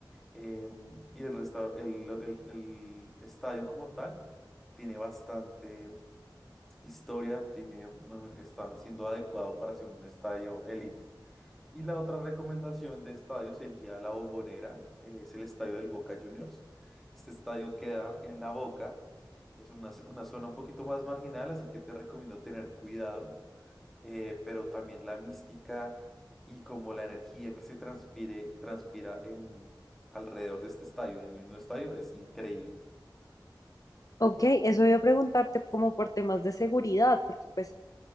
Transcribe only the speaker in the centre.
eh, y el, restaur- el, el el estadio como tal tiene bastante historia, tiene, bueno, está siendo adecuado para ser un estadio elite. Y la otra recomendación de estadio sería la Bombonera, eh, es el estadio del Boca Juniors. Este estadio queda en La Boca, es una, una zona un poquito más marginal, así que te recomiendo tener cuidado, eh, pero también la mística y como la energía que se transpire, transpira en, alrededor de este estadio y en el mismo estadio es increíble.